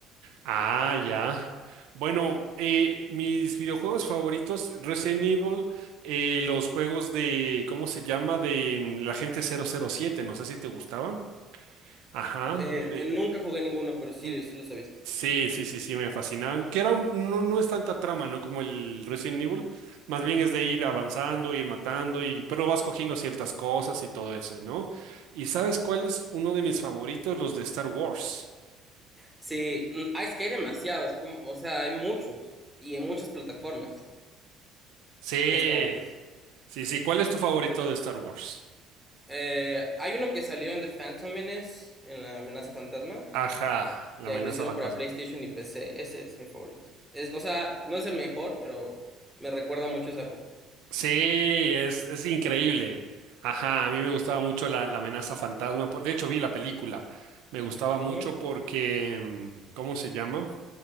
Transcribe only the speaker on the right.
ah, ya. Bueno, eh, mis videojuegos favoritos, Resident Evil, eh, los juegos de, ¿cómo se llama? De mm, la gente 007, no sé si te gustaban. Ajá,
de,
mm,
Sí, sí, sí, sí, me fascinaban. Que era un- no, no es tanta trama, ¿no? Como el Resident Evil. Más bien es de ir avanzando, ir matando, y, pero vas cogiendo ciertas cosas y todo eso, ¿no? ¿Y sabes cuál es uno de mis favoritos? Los de Star Wars.
Sí,
sí, sí. ¿Cuál es tu favorito de Star Wars?
Ajá, la
amenaza
fantasma.
Sí, es, es increíble. Ajá, a mí me gustaba mucho la, la amenaza fantasma. por- De hecho, vi la película. Me gustaba mucho
porque, mm, ¿cómo se llama?